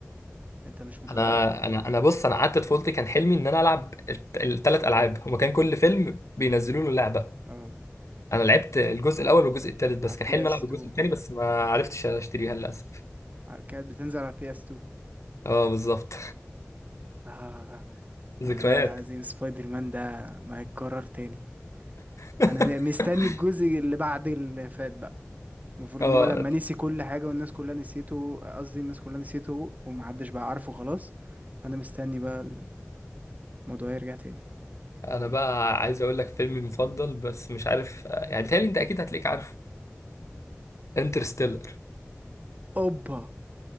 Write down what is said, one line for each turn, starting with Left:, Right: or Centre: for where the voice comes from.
Right: انت مش متخيل
Left: انا انا انا بص انا قعدت طفولتي كان حلمي ان انا العب الثلاث العاب هما كان كل فيلم بينزلوا له لعبه
Right: اه
Left: انا لعبت الجزء الاول والجزء الثالث بس
Right: على
Left: كان
Right: بي
Left: حلمي
Right: اس
Left: العب الجزء
Right: 2
Left: الثاني بس ما عرفتش اشتريها للاسف
Right: على- كانت بتنزل على بي اس 2
Left: اه بالظبط
Right: اه
Left: <laughs> ذكريات
Right: والله العظيم سبايدر مان ده ما هيتكرر تاني
Left: <laughs>
Right: انا م- مستني الجزء اللي بعد اللي فات بقى المفروض
Left: اه
Right: ان هو لما نسي كل حاجه والناس كلها نسيته قصدي الناس كلها نسيته ومحدش بقى عارفه خلاص فانا مستني بقى الموضوع يرجع تاني
Left: انا بقى عايز اقول لك فيلمي المفضل بس مش عارف يعني بيتهيألي انت اكيد هتلاقيك عارفه انترستيلر
Right: اوبا